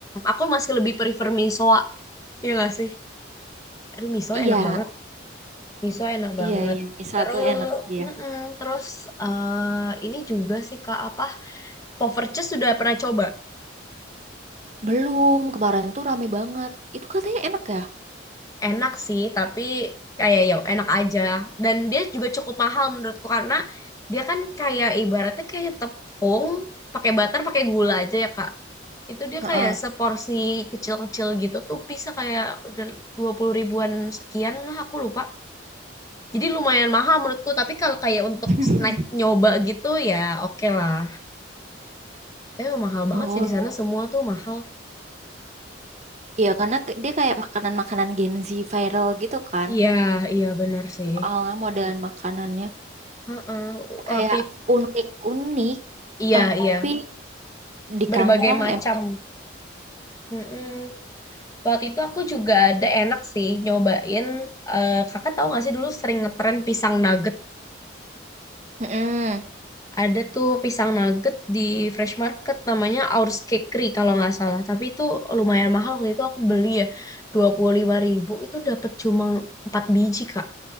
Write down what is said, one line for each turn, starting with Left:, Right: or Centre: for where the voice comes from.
Left: aku masih lebih prefer misoa. Iya gak sih? Aduh miso
Right: Iya,
Left: enak banget. miso enak
Right: iya,
Left: banget.
Right: iya. Misal
Left: Terus,
Right: tuh enak dia.
Left: mm-mm, terus eh ini juga sih Kak apa? Poverches sudah pernah coba?
Right: Belum, kemarin tuh rame banget. Itu katanya enak ya?
Left: enak sih tapi kayak ya enak aja dan dia juga cukup mahal menurutku karena dia kan kayak ibaratnya kayak tepung pakai butter pakai gula aja ya Kak itu dia
Right: Heeh.
Left: kayak seporsi kecil-kecil gitu tuh bisa kayak udah dua puluh ribuan sekian lah aku lupa jadi lumayan mahal menurutku tapi kalau kayak untuk
Right: <laughs>
Left: snack nyoba gitu ya oke lah tapi emang mahal banget
Right: Oh,
Left: sih di sana semua tuh mahal
Right: iya karena ke- dia kayak makanan-makanan Gen Z viral gitu kan.
Left: iya iya bener sih
Right: Soalnya modelan makanannya
Left: Heeh,
Right: kayak
Left: Waktu itu,
Right: unik-unik
Left: iya
Right: tapi
Left: iya
Right: di
Left: berbagai
Right: kantong
Left: macam
Right: em.
Left: Mm-mm. Waktu itu aku juga ada enak sih nyobain. eh, kakak tahu nggak sih dulu sering ngetren pisang nugget.
Right: Mm-mm.
Left: Ada tuh pisang nugget di Fresh Market namanya Our Cakery kalau nggak salah. Tapi itu lumayan mahal waktu itu aku beli ya dua puluh lima ribu itu dapat cuma 4 biji Kak.